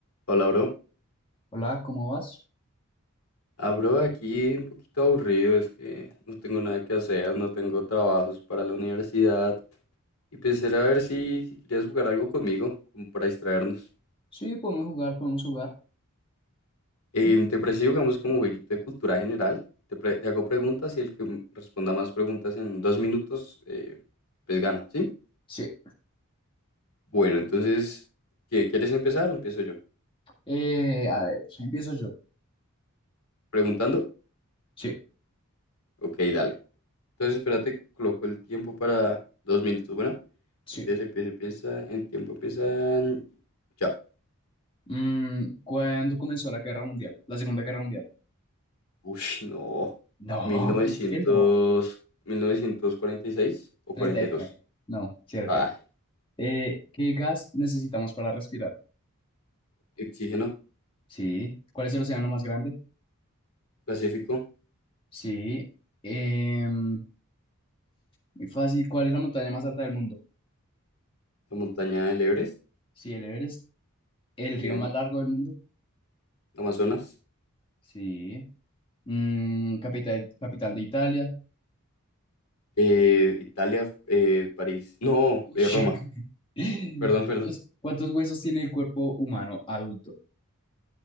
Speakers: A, on the left; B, on the left.
A: Hola, bro.
B: Hola, ¿cómo vas?
A: Ah, bro, aquí un poquito aburrido, es que no tengo nada que hacer, no tengo trabajos para la universidad. Y pensé a ver si, si querías jugar algo conmigo, como para distraernos.
B: Sí, podemos jugar, podemos jugar. <clears throat>
A: Em, ¿te parece si jugamos como jueguito de cultura general? Te, pre- te hago preguntas y el que m- responda más preguntas en dos minutos, eh, pues gana, ¿sí?
B: Sí.
A: Bueno, entonces, ¿qué, quieres empezar o empiezo yo?
B: Eh, a ver, empiezo yo.
A: ¿Preguntando?
B: Sí,
A: Ok, dale. Entonces, espérate, coloco el tiempo para dos minutos. Bueno,
B: sí.
A: entonces empieza, empieza, en tiempo empiezan. Ya.
B: Mm, ¿cuándo comenzó la Guerra Mundial? La Segunda Guerra Mundial.
A: Ush, no.
B: <laughs> No,
A: mil mil novecientos
B: ¿cómo que no?
A: mil novecientos cuarenta y seis o
B: Treinta
A: cuarenta
B: y
A: y
B: nueve.
A: dos
B: No, cerca.
A: Ah,
B: Eh, ¿qué gas necesitamos para respirar?
A: oxígeno,
B: Sí. ¿Cuál es el océano más grande?
A: Pacífico,
B: Sí. Em, muy fácil. ¿Cuál es la montaña más alta del mundo?
A: la montaña del Everest,
B: Sí, el Everest. ¿El río
A: bien,
B: más largo del mundo?
A: Amazonas,
B: Sí. Mm, capital, capital de Italia.
A: eh, Italia, eh, París. No,
B: Uy.
A: eh, Roma.
B: <laughs>
A: Perdón, perdón.
B: ¿Cuántos, cuántos huesos tiene el cuerpo humano adulto?